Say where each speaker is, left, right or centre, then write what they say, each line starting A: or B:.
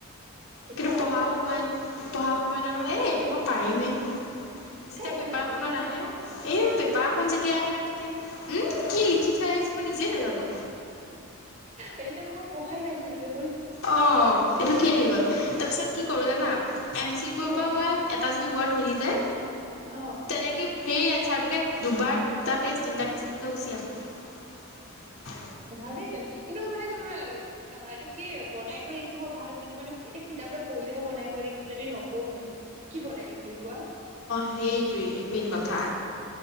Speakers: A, on the right; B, on the left.
A: তেতিয়া
B: কিন্তু
A: বাৰু
B: পঢ়া
A: বেয়া
B: সময়ত
A: লাগে এ
B: পঢ়া সময়ত আৰু এইটো মই পাৰিম এ। যেতিয়া
A: এইটো
B: পেপাৰ
A: জানোৱেই
B: খনত আহে, এই পেপাৰখন যেতিয়া তেতিয়া হে উম কি লিখি থৈ আহিছো মই নিজে নাজানো।
A: এইটো দেখো মই পঢ়াই নাছিলো দে
B: অ এইটো কি আহি গ'ল। তাৰপিছত কি কৰো জানা, এম চি
A: কি
B: গ্ৰুপৰ
A: কৰা
B: মই এটা যদি ৱাৰ্ড মিলি যায়
A: অ
B: তেনেক সেই এনচাৰটোকে দুবাৰ দুটা পেজ তিনটা পেজ লিখি থৈ গুচি আহো।
A: ভালেই তে কিন্তু মানে তোমাৰ আহ এইটো কি বনাই কৰি লিখিব ভাল কিন্তু মানে এতিয়া কিতাপ এটা পঢ়িলেহে বনাই কৰি লাখিম যদি নপঢ়োৱেই কি বনাই লিখিম কোৱা?
B: সেইটোৱেই মেইন কথা।